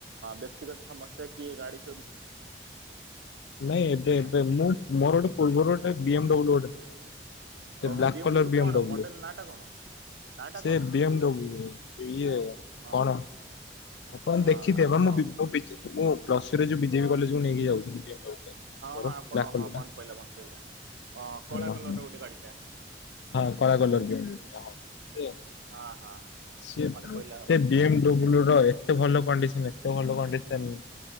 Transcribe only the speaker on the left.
ନାଇଁ ଏବେ
ଏବେ ମୁଁ ମୋର ଗୋଟେ ପୂର୍ବରୁ ଗୋଟେ ବି ଏମ୍ ଡବ୍ଲୁ ଗୋଟେ ଥିଲା। ଏ
ବ୍ଲାକ୍
କଲର୍ ବି
ଏମ୍ ଡବ୍ଲୁ।
ସେ
ବି ଏମ୍ ଡବ୍ଲୁ ଇଏ
କଣ? ଆପଣ
ଦେଖିଥିବେ
ବା ମୁଁ ବି ମୁଁ ବି ଜେ ମୁଁ ପ୍ଲସୁରେ ଯୋଉ ବି ଜେ ବି କଲେଜ୍ କୁୁ ନେଇକି ଯାଉଥୁଲି ବି ଏମ୍ ଡବ୍ଲୁ। ଟା
ମୋର
ବ୍ଲାକ୍ କଲର
ଟା।
ହଁ
ହଁ,
କଳା କଲର୍ ବି ଏମ୍ ଡବ୍ଲୁ ଟା ହଁ ସିଏ
ସିଏ
ଏ ବି ଏମ୍ ଡବ୍ଲୁ ର ଏତେ ଭଲ କଣ୍ଡିସନ୍ ଏତେ ଭଲ କଣ୍ଡିସନ୍